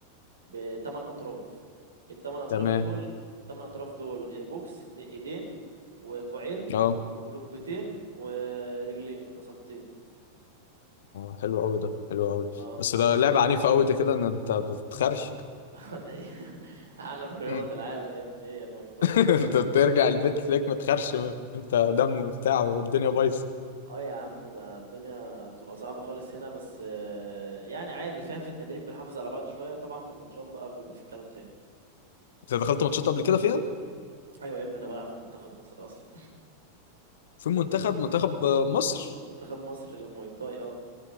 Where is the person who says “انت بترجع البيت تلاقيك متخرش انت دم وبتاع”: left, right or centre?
Left